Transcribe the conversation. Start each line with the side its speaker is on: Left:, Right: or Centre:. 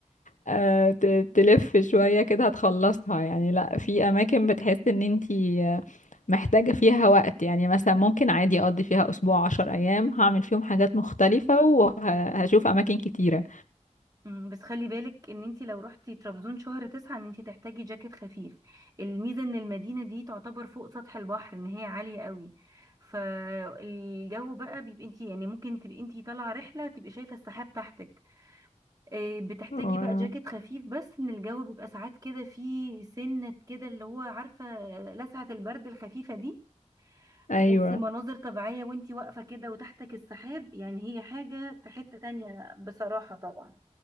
Left: آه ت- تلف شويه كده هتخلصها يعني لا في اماكن بتحس ان انتي محتاجة فيها وقت يعني مثلا ممكن عادي أقضي فيها أسبوع عشر أيام هعمل فيهم حاجات مختلفة وهشوف أماكن كتيرة
Right: أمم، بس خلي بالك ان انت لو رحتي طرابزون شهر تسعة ان انت تحتاجي جاكيت خفيف الميزة ان المدينة دي تعتبر فوق سطح البحر ان هي عالية قوي فالجو بقى بيبقى انت يعني ممكن تبقي انت طالعة رحلة تبقي شايفة السحاب تحتك إيه، بتحتاجي
Left: واو.
Right: بقى جاكيت خفيف بس ان الجو بيبقى ساعات كده فيه سنة كده اللي هو عارفة آه، لسعة البرد الخفيفة دي
Left: أيوة
Right: بس مناظر طبيعية وانتي واقفة كده وتحتك السحاب يعني هي حاجة في حتة تانية بصراحة طبعا